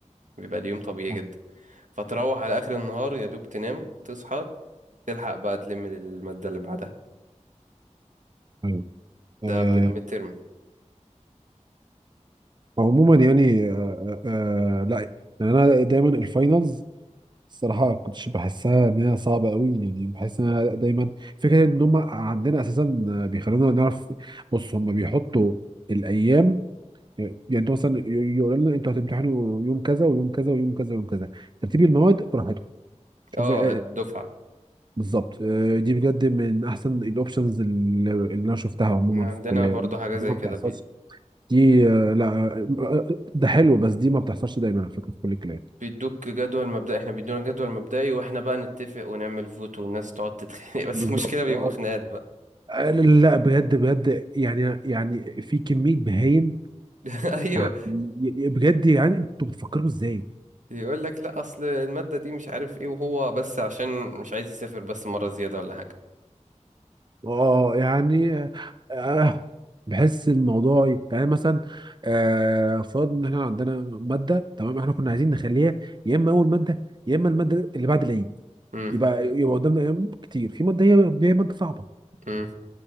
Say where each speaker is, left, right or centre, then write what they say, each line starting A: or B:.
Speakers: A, on the right (about 80°); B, on the right (about 35°).
A: بيبقى اليوم طبيعي
B: لا.
A: جدا فتروح على اخر النهار يا دوب تنام تصحى تلحق بقى تلم المادة اللي بعدها
B: ايوه آه،
A: ده بالمترم
B: عموما يعني آه، آه، آه، لا يعني انا دايما الفاينلز الصراحه كنتش بحسها ان هي صعبه قوي يعني بحس ان انا دايما فكره ان هم عندنا اساسا بيخلونا نعرف بص هم بيحطوا الايام يعني انتوا مثلا ي- يقولوا لنا انتوا هتمتحنوا يوم كذا ويوم كذا ويوم كذا ويوم كذا ترتيب المواد براحتكم شوف
A: اه
B: آه،
A: الدفعة
B: بالظبط آه، دي بجد من احسن الاوبشنز اللي اللي انا شفتها عموما
A: عندنا
B: في الكليه
A: برضو حاجة
B: دي
A: زي
B: ما
A: كده
B: بتحصلش دي آه، لا آه، ده حلو بس دي ما بتحصلش دايما على فكره في كل الكليات
A: بيدوك جدول مبدئي احنا بيدونا جدول مبدئي واحنا بقى نتفق ونعمل فوت والناس تقعد تتخانق <laughs> بس
B: بالظبط
A: المشكلة بيبقوا
B: آه.
A: خناقات بقى
B: آه، لا بجد بجد يعني يعني في كميه بهايم
A: <laughs> ايوه
B: يعني بجد يعني انتوا بتفكروا ازاي؟
A: يقول لك لا اصل المادة دي مش عارف ايه وهو بس عشان مش عايز يسافر بس مرة زيادة ولا حاجة
B: اه يعني آه بحس الموضوع يعني مثلا آه فرض ان احنا عندنا ماده تمام احنا كنا عايزين نخليها يا اما اول ماده يا اما الماده اللي بعد العيد
A: امم
B: يبقى يبقى قدامنا ايام كتير في ماده هي هي ماده صعبه
A: امم